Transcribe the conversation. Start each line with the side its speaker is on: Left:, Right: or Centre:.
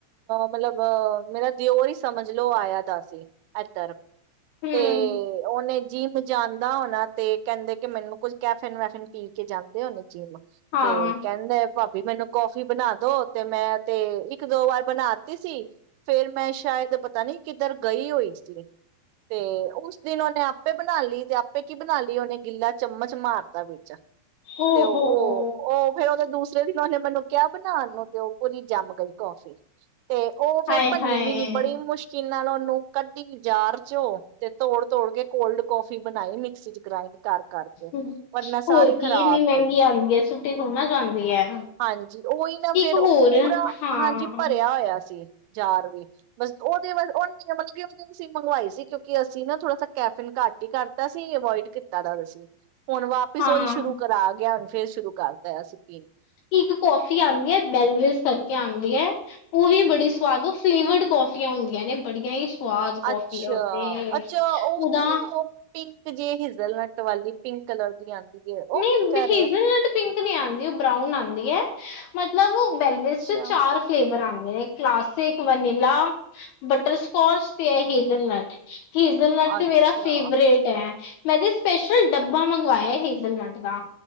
Right: ਮਤਲਬ ਮੇਰਾ ਦਿਓਰ ਹੀ ਸਮਝ ਲੋਓ ਆਇਆ ਤਾਂ ਸੀ ਇਧਰ।
Left: ਹਮ
Right: ਤੇ ਉਹਨੇ ਜੀਮ ਜਾਨ ਨਾ ਹੋਣਾ ਤੇ ਕਹਿੰਦੇ ਕਿ ਮੈਨੂੰ ਕੁੱਝ ਕੈਫਿਨ-ਵੈਫਿਨ ਪੀ ਕੇ ਜਾਂਦੇ ਹੋਣੇ ਜਿੰਮ।
Left: ਹਾਂ
Right: ਤੇ ਕਹਿੰਦੇ ਭਾਬੀ ਮੈਨੂੰ ਕੌਫੀ ਬਣਾ ਦੋ ਤੇ ਮੈਂ ਤੇ ਇੱਕ ਦੋ ਵਾਰ ਬਣਾਤੀ ਸੀ ਫੇਰ ਮੈਂ ਸ਼ਾਇਦ ਪਤਾ ਨੀ ਕਿੱਧਰ ਗਈ ਹੋਈ ਸੀ ਤੇ ਉਸ ਦਿਨ ਉਹਨੇ ਆਪੇ ਬਣਾ ਲਈ ਤੇ ਕੀ ਬਣਾ ਲਈ ਉਹਨੇ ਗਿੱਲਾ ਚਮਚ ਮਾਰਤਾ ਵਿੱਚ।
Left: ਓ
Right: ਤੇ ਉਹ-ਉਹ
Left: ਹੋ ਹੋ
Right: ਫਿਰ ਦੂਸ ਪਿਛਲੇ ਦਿਨ ਉਹਨੇ ਮੈਨੂੰ ਕਿਹਾ ਚਾ ਬਣਾਉਣ ਲਗੇ ਹੋ ਤੇ ਉਹ ਪੂਰੀ ਜੰਮ ਗਈ ਕੌਫੀ। ਤੇ ਉਹ ਫੇਰ
Left: ਹਾਏ
Right: ਬੰਨੀ
Left: ਹਾਏ
Right: ਵੀ ਨੀ ਬੜੀ ਮੁਸ਼ਕਿਲ ਇਨਾ ਉਹਨੂੰ ਕੱਢੀ ਜਾਰ ਚੋ ਤੇ ਤੋੜ-ਤੋੜ ਕੇ ਕੋਲਡ ਕੌਫੀ ਬਈ ਮਿਕਸੀ ਚ ਗਰਾਇੰਡ ਕਰ ਕਰ-ਕਰਕੇ
Left: ਹੋਰ
Right: ਪਰ ਨਾ ਸਾਰੀ ਖ਼ਰਾਬ
Left: ਕੀ ਇੰਨੀ ਮਹਿੰਗੀ
Right: ਗਈ
Left: ਆਉਂਦੀ ਹੈ ਸੁੱਟੀ ਥੋੜੀ ਨਾ ਜਾਂਦੀ ਹੈ।
Right: ਹਾਂਜੀ, ਉਹੀ ਨਾ ਫਿਰ
Left: ਇੱਕ
Right: ਉਹ
Left: ਹੋਰ
Right: ਪੂਰਾ
Left: ਹਾਂ
Right: ਹਾਂਜੀ ਭਰਿਆ ਹੋਇਆ ਸੀ। ਜਾਰ ਵੀ ਬਸ ਉਹਦੇ ਉਹਨੀ ਮਤਲਬ ਕਿ ਉਹਦੇ ਅਸੀਂ ਮੰਗਵਾਈ ਸੀ ਕਿਉਂਕਿ ਅਸੀਂ ਨਾ ਥੋੜਾ ਕੈਫਿਨ ਘੱਟ ਹੀ ਕਰ ਅਸੀਂ ਅਵੋਇਡ ਕੀਤਾ <unintelligible> ਹੁਣ ਵਾਪਿਸ
Left: ਹਾਂ
Right: ਉ ਹੀ ਸ਼ੁਰੂ ਕਰਾ ਗਿਆ ਫੇਰ ਸ਼ੁਰੂ ਕਰਤਾ ਅਸੀ।
Left: ਇੱਕ ਕਫੀ ਆਉਂਦੀ ਹੈ ਬੈਲਵਿਸ ਕਰਕੇ ਆਉਂਦੀ ਵਧਿਆ ਹੈ। ਉਹ ਵੀ ਬੜੀ ਸਵਾਦ, ਫਲੇਵਰਡ ਕਫੀਆਂ ਹੁੰਦੀਆਂ ਨੇ। ਬੜੀਆਂ ਹੀ ਸਵਾਦ ਕੌਫੀ
Right: ਅੱਛਾ-ਅੱਛਾ
Left: ਆ ਉਹ ਤੇ
Right: ਉਹ
Left: ਉਹਦਾ
Right: ਤੇ ਨੀ ਪਿੰਕ ਜੇ ਹਿਜ਼ਲ ਨਟ ਵਾਲੀ ਪਿੰਕ ਕਲਰ ਦੀ ਆਉਂਦੀ। ਹੈ ਉਹ
Left: ਨਹੀਂ
Right: ਕਹਿ ਰਹੇ
Left: ਹੇਜ਼ਲ
Right: ਆ
Left: ਨਟ ਪਿੰਕ ਨਹੀਂ ਆਉਂਦੀ ਉਹ ਬਰਾਊਨ ਆਉਂਦੀ ਹੈ। ਮਤਲਬ, ਬੇਲਵਰ
Right: ਅੱਛਾ
Left: ਚ ਚਾਰ ਫਲੇਵਰ ਆਂ ਕਲਾਸਿਕ, ਵਨੀਲਾ, ਬਟਰਸੋਚ ਤੇ ਹੈ ਹੇਜਲਨਟ। ਹੇਜ਼ਲਨਟ ਤੇ
Right: ਅੱਛਾ
Left: ਮੇਰਾ ਫੇਵਰੇਟ ਹੈ। ਮੈਂ ਤੇ ਸਪੈਸ਼ਲ ਡੱਬਾ ਮੰਗਵਾਇਆ ਸੀ। ਹੇਜੱਲ ਨਟ ਦਾ।